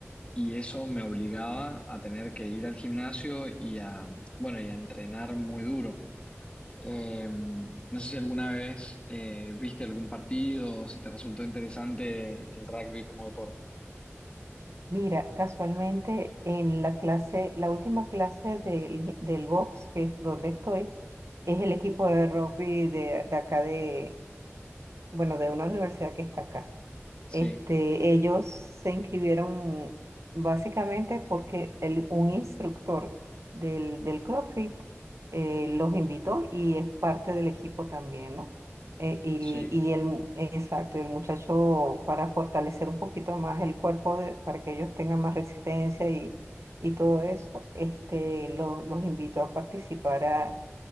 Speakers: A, on the left; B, on the right.
A: y eso me obligaba a tener que ir al gimnasio y a, bueno, y a entrenar muy duro. Eh, no sé si alguna vez eh, viste algún partido o si te resultó interesante el rugby como deporte.
B: Mira, casualmente en la clase, la última clase del, del box, que es donde estoy, es el equipo de rugby de, de acá de, bueno, de una universidad que está acá.
A: Sí,
B: Este, ellos se inscribieron básicamente porque el- un instructor del, del CrossFit eh, los invitó y es parte del equipo también, ¿no? Eh, y,
A: sí.
B: y el, mu- exacto, el muchacho para fortalecer un poquito más el cuerpo, de- para que ellos tengan más resistencia y, y todo eso, este, lo- los invitó a participar, a,